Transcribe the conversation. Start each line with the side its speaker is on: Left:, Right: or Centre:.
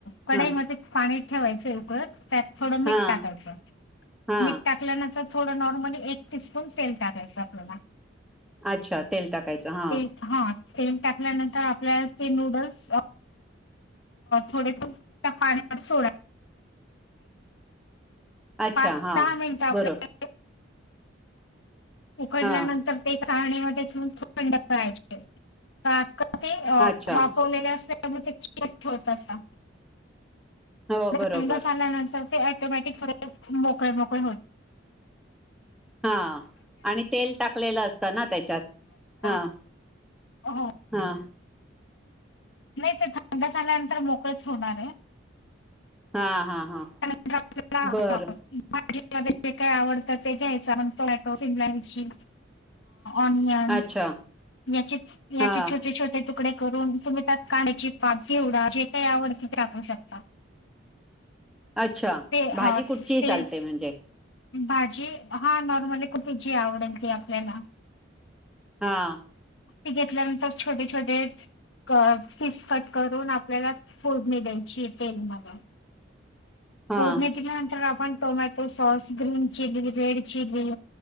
Left: कडाईमध्ये
Centre: हा
Left: पाणी ठेवायचं उकळत त्यात थोडं मीठ
Centre: हा
Left: टाकायचं
Centre: हा
Left: मीठ टाकल्यानंतर थोडं नॉर्मली एक टीस्पून तेल टाकायचं आपल्याला.
Centre: अच्छा तेल टाकायच हा.
Left: तेल हा तेल टाकल्यानंतर आपल्या ते नूडल्स थोडे तेल त्या पाण्यावर सोडा
Centre: अच्छा
Left: पाच
Centre: हा
Left: दहा मिनिटं आपल्याला
Centre: बरो
Left: उकडल्यानंतर
Centre: हा
Left: ते चाळणीमध्ये घेऊन थंड करायचे कारण ते
Centre: अच्छा
Left: वाफवलेले असल्या त्यामुळे ते चिकट होतं असं.
Centre: हो
Left: <unintelligible>
Centre: बरोबर
Left: ल्यानंतर ते ऑटोमॅटिक थोडे मोकळे मोकळे होतात
Centre: हा आणि तेल टाकलेलं असतं ना त्याच्यात हा
Left: <unintelligible> अहो
Centre: हा
Left: नाही ते थंड झाल्यानंतर मोकळेच होणार आहे.
Centre: हा हा हा.
Left: <unintelligible>
Centre: बरं
Left: भाजीतलं जे काय आवडतं ते घ्यायचं मग टोमॅटो, सिमला मिर्ची, ऑनियन
Centre: अच्छा
Left: <unintelligible> याचे याचे
Centre: हा
Left: छोटे-छोटे तुकडे तुकडे करून तुम्ही त्यात कांद्याची पाती ऐवडा जे काही आवडतं ते टाकू शकता.
Centre: अच्छा!
Left: ते अ,
Centre: भाजी कुठचीही
Left: तेल
Centre: चालते म्हणजे.
Left: भाजी हा नॉर्मली कुठली जी आवडेल ती आपल्याला.
Centre: हा.
Left: ती घेतल्यानंतर छोटे-छोटे कट पिस कट करून आपल्याला फोडणी द्यायचीय तेलमध्ये
Centre: हा
Left: फोडणीच्यानंतर आपण tomato sauce, green chilli, red chilli